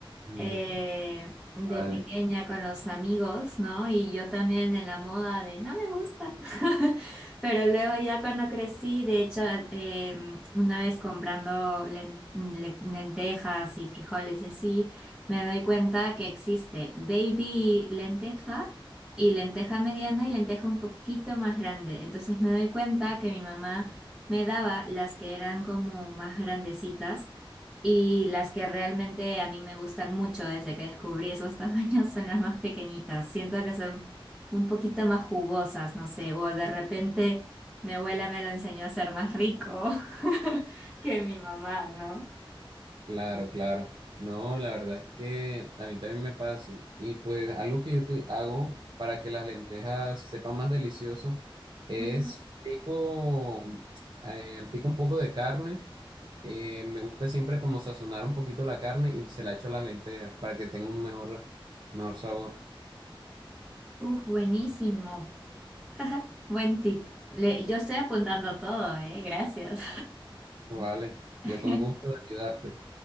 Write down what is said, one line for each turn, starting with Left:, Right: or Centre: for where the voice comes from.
Right: Mm,
Centre: eh, de
Right: Vale,
Centre: pequeña con los amigos, ¿no? Y yo también en la moda de no me gustan. <laughs> Pero luego ya cuando crecí, de hecho, eh, una vez comprando len- le- lentejas y frijoles y así, me doy cuenta que existe baby lenteja. Y lenteja mediana y lenteja un poquito más grande. Entonces me doy cuenta que mi mamá me daba las que eran como más grandecitas y las que realmente a mí me gustan mucho desde que descubrí esos <laughs> tamaños son las más pequeñitas. Siento que son un poquito más jugosas, no sé, o de repente mi abuela me lo enseñó a ser más rico <laughs> que mi mamá, ¿no?
Right: claro, claro. No, la verdad es que a mí también me pasa. Y pues algo que yo te- hago para que las lentejas sepan más delicioso es
Centre: Ujú.
Right: pico, eh, pico un poco de carne. Eh, me gusta siempre como sazonar un poquito la carne y se la echo a las lentejas para que tenga un mejor, mejor sabor.
Centre: Uf, buenísimo. <laughs> Buen tip. Le- yo estoy apuntando todo, ¿eh? Gracias.
Right: Vale,
Centre: <laughs>
Right: yo con gusto de ayudarte.